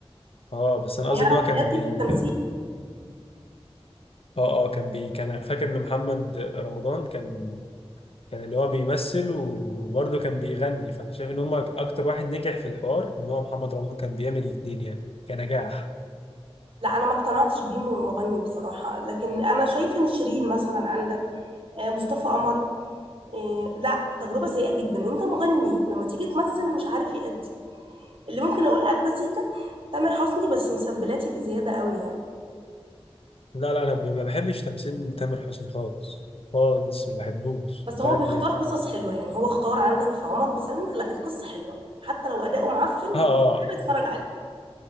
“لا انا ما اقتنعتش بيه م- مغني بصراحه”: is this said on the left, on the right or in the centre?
Right